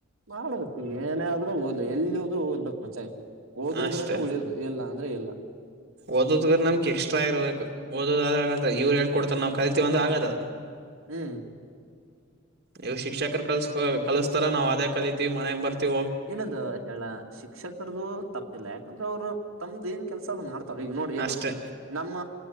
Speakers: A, on the right (about 85°); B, on the right (about 55°).
A: ಮಾಡ್ಬೇಕು ಏನೇ ಆದ್ರೂ ಓದ್ಲ ಎಲ್ಲಿ ಎಲ್ಲೇ ಹೋದ್ರು ಓದಬೇಕು ಮಚ್ಚಾ ಓದಿದ್ರನೇ
B: ಅಷ್ಟೇ
A: ಉಳಿಯದು ಇಲ್ಲ ಅಂದ್ರೆ ಇಲ್ಲ...
B: ಓದೋದ ನಮಗೆ ಎಕ್ಸ್ಟ್ರಾ ಇರಬೇಕು. ಓದುವುದು ಆಗದು ಇವರು ಹೇಳಿಕೊಡದೆ ಅಂದ್ರೆ ನಾವು ಕಲಿತೀವಿ ಅಂದ್ರೆ ಆಗದು
A: <inaudible>
B: ಈ ಶಿಕ್ಷಕರು ಕಲುಸ್ತಾರ ನಾವು ಅದೇ ಕಲ್ತಿವೆ ಮನೆಗೆ ಬರ್ತೀವಿ.
A: ಏನದ ಹೇಳಾ ಶಿಕ್ಷಕರದು ತಪ್ಪಿಲ್ಲ ಯಾಕಂದ್ರೆ ಅವ್ರು ತಂದು ಏನ್ ಕೆಲ್ಸ ಅದ್ ಮಾಡ್ತ ನೋಡ ಏನೊ
B: ಅಷ್ಟೇ
A: ನಮ್ಮ